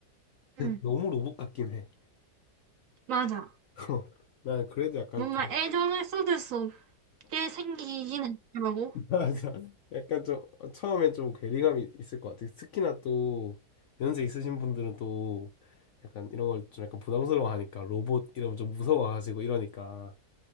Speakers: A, on the right; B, on the left.
A: 응,
B: 너무 로봇 같긴 해.
A: 맞아.
B: <laughs> 난 그래도 약간
A: 뭔가
B: 좀
A: 애정을 쏟을 수 없게 생기긴 했더라고.
B: <laughs> 맞아. 약간 좀 처음에 좀 괴리감이 있을 것 같아. 특히나 또 연세 있으신 분들은 또 약간 이런 걸 좀 약간 부담스러워하니까 로봇 이러면 좀 무서워하시고 이러니까